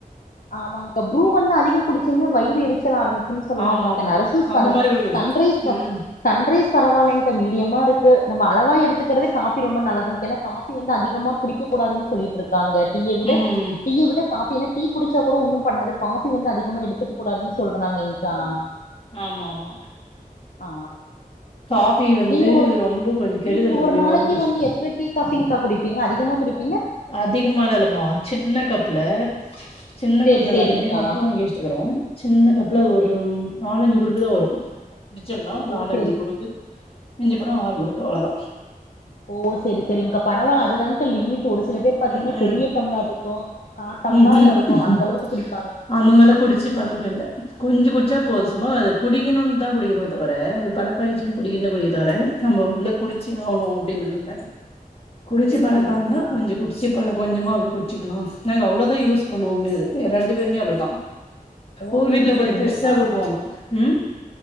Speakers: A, on the left; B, on the left.
A: ஆமாங்க புரூ வந்து அதிக குச்சிங்கன்னா வயிறு எரிச்சல் ஆரம்பிச் அப்பின்னு சொல்லுவாங்க
B: ஆமா
A: இங்க
B: ஆமா
A: நரசூஸ்
B: அந்த
A: பரவோ
B: மாரி குடுக்குது
A: சன்ரைஸ் பப்
B: ம்
A: சன்ரைஸ் பரவாயில்ல இங்க மீடியமா இருக்கு நம்ம அளவா எடுக்கறதே காபி ரொம்ப நல்லது என காபி வந்து அதிகமா குடிக்க கூடாதுன்னு சொல்லிட்டு இருக்காங்க டீய விட
B: ம்
A: டீய விடக் காஃபினா டீ குடிச்சா கூட ஒன்னு பண்ணாது காஃபி வந்து அதிகமா எடுத்துக்க கூடாதுன்னு சொல்றாங்க இங்கா
B: ஆமா ஆமா
A: ஆ
B: காஃபி வந்து
A: நீங்க ஒரு
B: ரொம்ப கொஞ்சோ கெடுதல்
A: நீங்க ஒரு நாளைக்கு
B: ஒடம்பு
A: வந்து எத்தன டீ ஃபிங்கா குடிப்பீங்க அதிகமா குடிப்ப
B: அதிகமால இல்லமா சின்ன கப்புல சின்ன
A: சேரி
B: கப் நாங்க
A: சேரிங்க்கா
B: அதினக்கு கப்பு வாங்கி வச்சிட்டுக்கிறோ சின்ன கப்ல
A: ஓ
B: அது ஒரும்
A: சேரி
B: நாலஞ்சு குறுப்பு தா வரு பிடிச்சோம்னா நாலஞ்சு
A: ஓ சேரி
B: குறுப்பு இஞ்ச போனா ஆறுமுடுக்க அவ்ளதா
A: ஓ செரி செரிங்கா பரவில்ல அதுதாங்கா லிமிட் ஒரு சில பேர் பாத்தீங்னா
B: ம்
A: பெரிய டம்ளர் இருக்கு கா டம்ளர்ல
B: ம்ஹூம்
A: இருக்கு அந்த அளவுக்கு குடிப்
B: அந்த மாறிலா குடிச்சு பழக்கோ இல் கொஞ்சு குடிச்சா போதுசும்மா
A: ஓ
B: அது குடிக்கணும்னு தா குடிக்கணுமே தவர அது பழக்காய்சச்சினா குடிக்கன்ன
A: சேரி
B: குடிக்க தவர நம்ம இல்ல குடிச்சி ஆவுனு அப்டினால்ல குடிச்சி
A: சேரி
B: பழக்காரன
A: சேரிங்க்கா
B: கொஞ்சோ குடிச் சிப்பழ கொஞ்சமா அப்டி குச்சிக்கிலா நாங்க அவ்ளோதா யூஸ் பண்ணோமே அது ரெண்டு பேருமே அப்டிதா
A: ஓ
B: ஒரு
A: சேரிங்க
B: வீட்ல கொஞ்ச
A: சேரிங்கக்கா
B: பெருசா குடுக்குவாங்க ம்